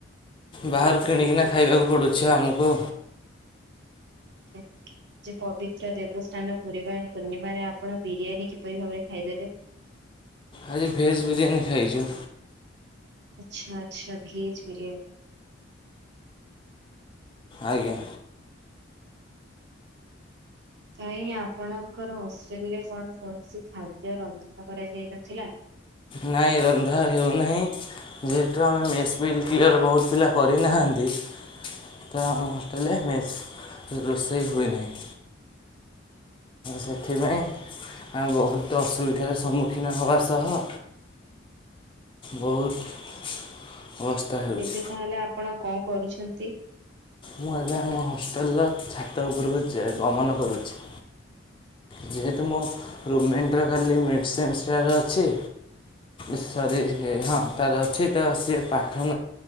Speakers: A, on the left (about 25°); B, on the right (about 60°).
A: ବାହାରୁ କିଣିକିନା ଖାଇବାକୁ ପଡ଼ୁଛି ଆମକୁ
B: ଆ ଆଜି ପବିତ୍ର ଦେବସ୍ଥାନ ପୁରୀବା ପୂର୍ଣ୍ଣିମାରେ ଆପଣ ବିରିୟାନୀ କିପରି ଭାବରେ ଖାଇଦେଲେ।
A: ଆଜି ଭେଜ୍ ବିରିୟାନୀ ଖାଇଛୁ।
B: ଆଚ୍ଛା ଆଚ୍ଛା ଭେଜ ବିରିୟାନୀ।
A: ଆଜ୍ଞା
B: କାଇଁ ଆପଣଙ୍କର ହୋଷ୍ଟେଲ ରେ କଣ କୌଣସି ଖାଦ୍ୟ ରନ୍ଧନ କରାଯାଇ ନଥିଲା।
A: ନାଇଁ ରନ୍ଧା ହେଉନାହିଁ। ଯେହେତୁ ଆମେ ମେସ ବିଲ କ୍ଲିୟର ବହୁତ ପିଲା କରିନାହାଁନ୍ତି ତ ଆମ ହୋଷ୍ଟେଲରେ ମେସ୍ ରୋଷେଇ ହୁଏନାହିଁ। ସେଥିପାଇଁ ଆ ବହୁତ ଅସୁବିଧାର ସମ୍ମୁଖୀନ ହବା ସହ ବହୁତ ହେଉଛି
B: ଏବେ ତାହେଲେ ଆପଣ କଣ କରୁଛନ୍ତି।
A: ମୁଁ ଏବେ ଆମ ହଷ୍ଟେଲର ଛାତ ଉପରକୁ ଗମନ କରୁଛି। ଯେହେତୁ ମୋ ରୁମେଣ୍ଟର କାଲି ମେଡ଼ିସିନ୍ସଟାର ଅଛି। ସରି ହଁ ତାର ଅଛି ତ ସିଏ ପାଠ